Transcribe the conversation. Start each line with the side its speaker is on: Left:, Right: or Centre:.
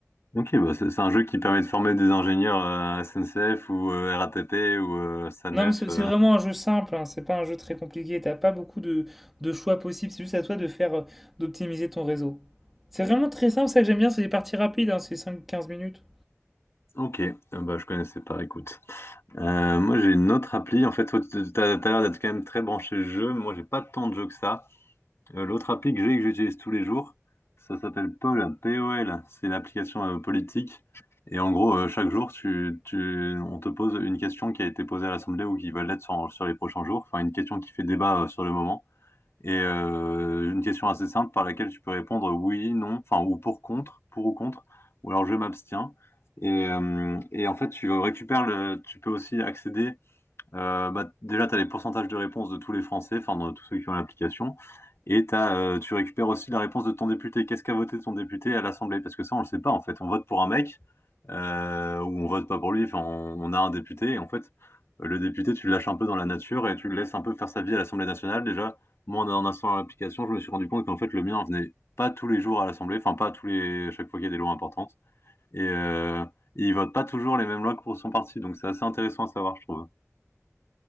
Left: Ok, bah c'est c'est un jeu qui permet de former des ingénieurs euh, SNCF ou euh, RATP ou euh, SANEF.
Centre: Non, mais c'est
Left: euh.
Centre: c'est vraiment un jeu simple, hein, c'est pas un jeu très compliqué. T'as pas beaucoup de, de choix possibles, c'est juste à toi de faire euh, d'optimiser ton réseau. C'est vraiment très simple, ça que j'aime bien, c'est des parties rapides, hein, c'est cinq quinze minutes.
Left: Ok, Ah bah, je connaissais pas, écoute. Euh, moi j'ai une autre appli, en fait, toi, tu- t'as t'as l'air d'être quand même très branché jeu, moi j'ai pas tant de jeux que ça. Euh, l'autre appli que j'ai et que j'utilise tous les jours, ça s'appelle Poll, POL, c'est l'application euh, politique. Et en gros, euh, chaque jour, tu, tu, on te pose une question qui a été posée à l'Assemblée ou qui va l'être sur, sur les prochains jours, enfin une question qui fait débat euh, sur le moment. et euh, une question assez simple par laquelle tu peux répondre oui, non, enfin ou pour contre, pour ou contre, ou alors je m'abstiens. Et, euh, et en fait, tu récupères le, tu peux aussi accéder euh, bah, déjà, tu as les pourcentages de réponse de tous les Français, enfin de tous ceux qui ont l'application, et t'as, euh, tu récupères aussi la réponse de ton député. Qu'est-ce qu'a voté ton député à l'Assemblée? Parce que ça, on le sait pas en fait. On vote pour un mec euh, ou on vote pas pour lui. Enfin, on, on a un député et en fait, le député, tu le lâches un peu dans la nature et tu le laisses un peu faire sa vie à l'Assemblée nationale. Déjà, moi, en, en installant l'application, je me suis rendu compte qu'en fait, le mien venait pas tous les jours à l'Assemblée, enfin pas tous les chaque fois qu'il y a des lois importantes et euh, il vote pas toujours les mêmes lois que pour son parti. Donc c'est assez intéressant à savoir, je trouve.